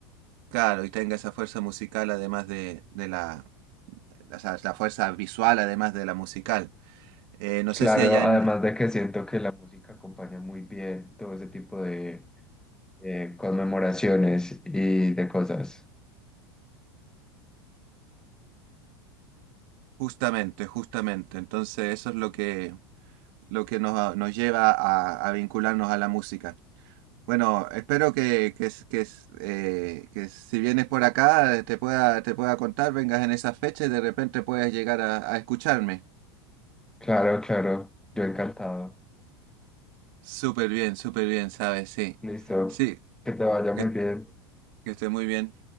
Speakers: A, on the right; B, in the centre.
A: claro, y tenga esa fuerza musical además de, de la, o sea, la fuerza visual además de la musical. Eh, no
B: Claro,
A: sé si allá
B: además
A: en,
B: de que siento que la música acompaña muy bien todo ese tipo de eh, conmemoraciones y de cosas.
A: justamente, justamente, entonces eso es lo que lo que nos, nos lleva a, a vincularnos a la música. Bueno, espero que, que, s- que s- eh, que si vienes por acá eh, te pueda, te pueda contar, vengas en esa fecha y de repente puedas llegar a, a escucharme.
B: Claro, claro, yo encantado.
A: Súper bien, súper bien, ¿sabes? Sí,
B: Listo,
A: sí,
B: que te vaya
A: que,
B: muy bien.
A: que esté muy bien.